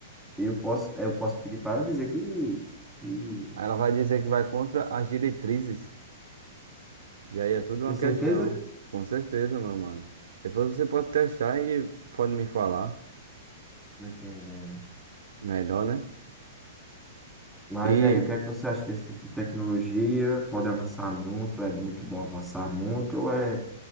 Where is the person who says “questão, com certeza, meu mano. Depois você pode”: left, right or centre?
Right